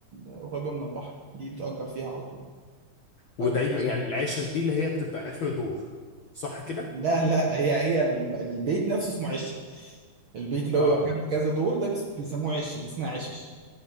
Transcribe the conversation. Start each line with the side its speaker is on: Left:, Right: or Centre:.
Right: ال- قريبه من البحر دي بتأجر فيها على طول
Left: ودايما
Right: فب...
Left: يعني العشش دي اللي هي بتبقى اخر دور صح كده
Right: لا لا هي هي الم- البيت نفسه اسمه عشه البيت اللي
Left: اه
Right: هو كان كذا دور ده بيس- بيسموه عشه دي اسمها عشش